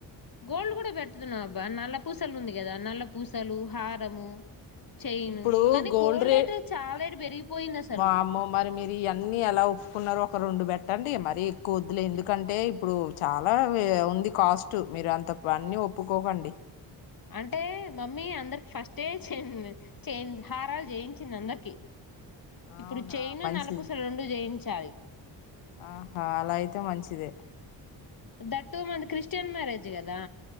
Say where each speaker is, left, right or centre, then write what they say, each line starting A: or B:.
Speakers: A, on the left; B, on the left.
A: గోల్డ్ కూడా పెడుటుతున్నాం అబ్బా నల్ల పూసలు ఉంది కదా నల్ల పూసలు హారము చైన్
B: ఇప్పుడు
A: కానీ
B: గోల్డ్ రే
A: రేట్ చాలా రేట్ పెరిగిపోయింది అసలు
B: వామ్మో మరి మీరు ఇవన్నీ ఎలా ఒప్పుకున్నో ఒక రెండు బెట్ట అండి మరీ ఎక్కువ వద్దులే ఎందుకంటే ఇప్పుడు చాలా ఉంది కాస్ట్ మీరు అంత అన్నీ ఒప్పుకోకండి
A: అంటే మమ్మీ అందరికి ఫస్టే చేయి హారాలు చేయించింది అందరికి ఇప్పుడు
B: అవునా
A: చైను
B: మంచిది
A: నలపుస రెండు జయించాలి
B: ఆహా అలా అయితే మంచిదే
A: that two month Christian marriage కదా